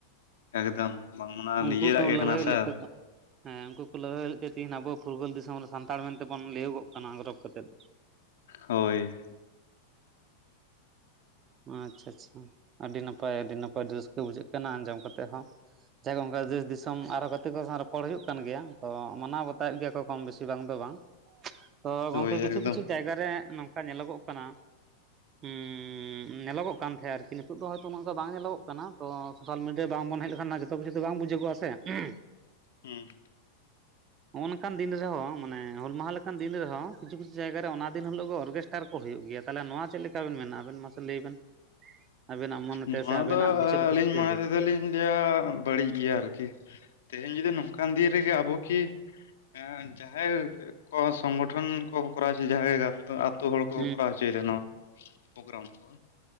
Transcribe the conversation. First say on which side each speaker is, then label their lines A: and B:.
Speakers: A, on the left (about 60°); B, on the right (about 30°).
A: ᱮᱠᱫᱚᱢ ᱵᱟᱝᱢᱟᱱᱟᱜᱼᱟ
B: ᱩᱱᱠᱩ
A: ᱱᱤᱡᱮᱨᱟ
B: ᱠᱚ
A: ᱜᱮ
B: ᱞᱟᱹᱲᱦᱟᱹᱭ
A: ᱠᱟᱱᱟ ᱥᱮ᱾
B: ᱞᱮᱫ ᱛᱟᱠᱚ ᱦᱮᱸ ᱩᱱᱠᱩ ᱠᱚ ᱞᱟᱹᱲᱦᱟᱹᱭ ᱞᱮᱫ ᱛᱮ ᱛᱮᱦᱮᱧ ᱟᱵᱚ ᱯᱷᱩᱨᱜᱚᱞ ᱫᱤᱥᱚᱢ ᱨᱮ ᱥᱟᱱ ᱥᱟᱱᱛᱟᱲ ᱢᱮᱱᱛᱮ ᱵᱚᱱ ᱞᱟᱹᱭᱟᱹᱜᱚᱜ ᱠᱟᱱᱟ ᱜᱚᱨᱚᱵ ᱠᱟᱛᱮᱫ᱾
A: ᱦᱳᱭ᱾
B: ᱟᱪᱪᱷᱟ-ᱟᱪᱪᱷᱟ᱾ ᱟᱹᱰᱤ ᱱᱟᱯᱟᱭ ᱟᱹᱰᱤ ᱱᱟᱯᱟᱭ ᱨᱟᱹᱥᱠᱟᱹ ᱵᱩᱡᱷᱟᱹᱜ ᱠᱟᱱᱟ ᱟᱸᱡᱚᱢ ᱠᱟᱛᱮᱫ ᱦᱚᱸ᱾ ᱦᱮ ᱜᱚᱝᱠᱮ ᱚᱱᱠᱟ ᱫᱮᱥ ᱫᱤᱥᱚᱢ ᱟᱨᱦᱚᱸ ᱜᱟᱛᱮ ᱠᱚ ᱥᱟᱶ ᱨᱚᱯᱚᱲ ᱦᱳᱭᱳᱜ ᱠᱟᱱ ᱜᱮᱭᱟ, ᱛᱚ ᱢᱟᱱᱟᱣ ᱵᱟᱛᱟᱣᱮᱫ ᱜᱮᱭᱟ ᱠᱚ ᱠᱚᱢ ᱵᱮᱥᱤ ᱵᱟᱝ ᱵᱟᱝ ᱫᱚ ᱵᱟᱝ, ᱛᱚ ᱜᱚᱢᱠᱮ
A: ᱦᱳᱭ
B: ᱠᱤᱪᱷᱩ
A: ᱮᱠᱫᱚᱢ
B: ᱠᱤᱪᱷᱩ ᱡᱟᱭᱜᱟ ᱨᱮ ᱱᱚᱝᱠᱟ ᱧᱮᱞᱚᱜᱚᱜ ᱠᱟᱱᱟ ᱦᱩᱸ ᱦᱩᱸ <unintelligible> ᱦᱩ ᱧᱮᱞᱚᱜ ᱠᱟᱱ ᱛᱟᱦᱮᱸᱫ ᱟᱨᱠᱤ, ᱱᱤᱛᱚᱜ ᱫᱚ ᱦᱳᱭᱛᱚ ᱱᱚᱝᱠᱟ ᱵᱟᱝ ᱧᱮᱞᱚᱜ ᱠᱟᱱᱟ, ᱛᱚ ᱥᱚᱥᱟᱞ ᱢᱤᱰᱤᱭᱟ ᱨᱮ ᱵᱟᱝᱵᱚᱱ ᱦᱮᱡ ᱞᱮᱠᱷᱟᱱ ᱡᱚᱛᱚ ᱡᱤᱱᱤᱥ ᱫᱚ ᱵᱟᱝ ᱵᱩᱡᱷᱟᱹᱜᱚᱜᱼᱟ᱾ <unintelligible>
A: ᱦᱩᱸ᱾
B: ᱦᱚᱜᱼᱚ ᱱᱚᱝᱠᱟᱱ ᱫᱤᱱ ᱨᱮᱦᱚᱸ ᱢᱟᱱᱮ ᱦᱩᱞ ᱢᱟᱦᱟ ᱞᱮᱠᱟᱱ ᱫᱤᱱ ᱨᱮᱦᱚᱸ, ᱠᱤᱪᱷᱩ ᱠᱤᱪᱷᱩ ᱡᱟᱭᱜᱟ ᱨᱮ ᱚᱱᱟ ᱫᱤᱱ ᱦᱤᱞᱚᱜ ᱜᱮ ᱚᱨᱜᱮᱥᱴᱟᱨ ᱠᱚ ᱦᱳᱭᱳᱜ ᱜᱮᱭᱟ, ᱛᱟᱦᱚᱞᱮ ᱱᱚᱣᱟ ᱪᱮᱫᱞᱮᱠᱟᱱ ᱪᱮᱫ ᱞᱮᱠᱟ ᱵᱤᱱ ᱢᱮᱱᱟ ᱟᱵᱮᱱ ᱢᱟᱥᱮ ᱞᱟᱹᱭ ᱵᱮᱱ? ᱟᱵᱮᱱᱟᱜ ᱢᱚᱱᱮᱛᱮ
A: ᱱᱚᱣᱟ
B: ᱥᱮ ᱟᱵᱮᱱᱟᱜ
A: ᱫᱚ
B: ᱵᱤᱪᱟᱹᱨ
A: ᱟᱹᱞᱤᱧ
B: ᱫᱷᱟᱨᱟ ᱛᱮ
A: ᱢᱚᱱᱮ
B: ᱞᱟᱹᱭ ᱵᱮᱱ
A: ᱛᱮᱫᱚ ᱞᱤᱧ ᱞᱟᱹᱭᱟ ᱵᱟᱹᱲᱤᱡ ᱜᱮᱭᱟ ᱟᱨᱠᱤ, ᱛᱮᱦᱮᱧ ᱡᱩᱫᱤ ᱱᱚᱝᱠᱟᱱ ᱫᱤᱱ ᱨᱮᱜᱮ ᱟᱵᱚ ᱠᱤ ᱦᱮᱸ ᱡᱟᱦᱟᱸᱭ ᱠᱚ ᱥᱚᱝᱜᱚᱴᱷᱚᱱ ᱠᱚ ᱠᱚᱨᱟᱣ ᱦᱚᱪᱚ ᱡᱟᱦᱟᱸᱭ ᱜᱟᱶᱛᱟ ᱡᱚᱛᱚ ᱦᱚᱲ ᱠᱚ
B: ᱦᱩᱸ ᱦᱩᱸ ᱦᱩᱸ ᱦᱩᱸ ᱦᱩᱸ ᱦᱩᱸ ᱦᱩᱸ ᱦᱩᱸ ᱦᱩᱸ ᱦᱩᱸ ᱦᱩᱸ ᱦᱩᱸ
A: ᱠᱚᱨᱟᱣ ᱦᱚᱪᱚᱭᱮᱫᱟ ᱱᱚᱣᱟ ᱯᱨᱳᱜᱨᱟᱢ ᱠᱚ